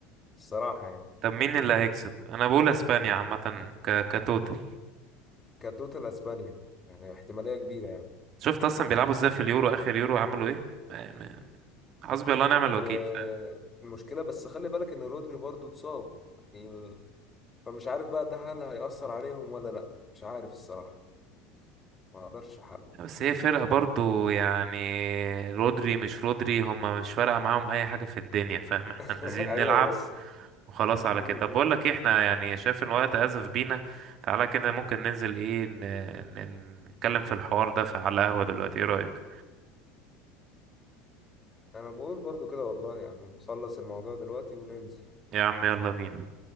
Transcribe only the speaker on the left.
الصراحه يعني
كتوتال اسبانيا يعني احتماليه كبيره يعني
والمشكله
بس خلي بالك ان رودري برضو اتصاب يعني فمش عارف بقى ده هل هيأثر عليهم ولا لا مش عارف الصراحه ما اقدرش احل
<laughs>
ايوه
بس
م
-م.
انا بقول برضو كده والله يعني نخلص الموضوع دلوقتي وننزل